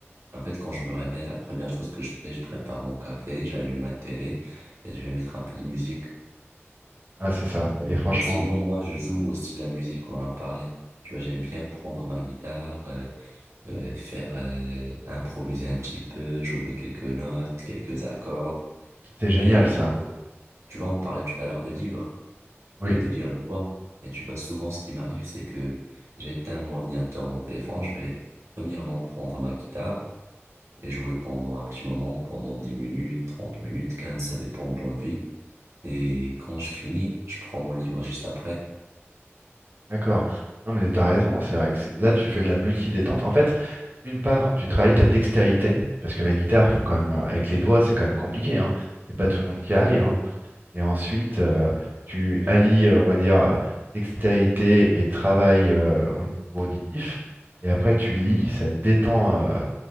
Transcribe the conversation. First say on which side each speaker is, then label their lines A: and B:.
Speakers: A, on the right; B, on the right.
A: En fait, quand je me réveille, la première chose que je fais, je prépare mon café, j'allume ma télé et je vais mettre un peu de musique.
B: Ah, c'est ça.
A: Euh,
B: Et franchement,
A: Mais sinon, moi, je joue aussi de la musique, on en a parlé. Tu vois, j'aime bien prendre ma guitare, euh, euh, faire euh, improviser un petit peu, jouer quelques notes, quelques accords.
B: c'est génial
A: Et
B: ça.
A: tu vois, on parlait tout à l'heure de livres,
B: Oui,
A: de de lire le soir. Mais tu vois, souvent, ce qui m'arrive, c'est que j'éteins mon ordinateur, mon téléphone, je vais premièrement prendre ma guitare et jouer pendant un petit moment, pendant 10 minutes, 30 minutes, 15 ça dépend de l'envie. Et quand je finis, je prends mon livre juste après.
B: d'accord. Non, mais t'as raison. C'est vrai que c'est- là, tu fais de la multi-détente. En fait, d'une part, tu travailles ta dextérité, parce que la guitare, faut quand même, euh, avec les doigts, c'est quand même compliqué, hein. C'est pas tout le monde qui arrive, hein. Et ensuite, euh, tu allies, euh, on va dire, euh, dextérité et travail euh, au niveau auditif. Et après, tu lis, ça te détend, euh,